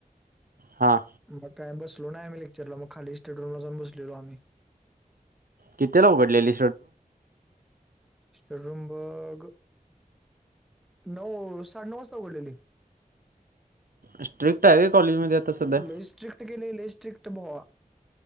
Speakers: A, on the right (about 75°); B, in the centre.
A: हां
B: मग काय बसलो नाही आम्ही लेक्चरला मग खाली स्टडिला जाऊन बसलेलो आम्ही.
A: किती ला उघडलेली
B: <unintelligible> बग <unintelligible> नऊ, साडे नऊ वाजता उघडलेली.
A: स्ट्रिक्ट आहे होय कॉलेजमध्ये आता सध्या
B: लय स्ट्रिक्ट केले लय स्ट्रिक्ट बुवा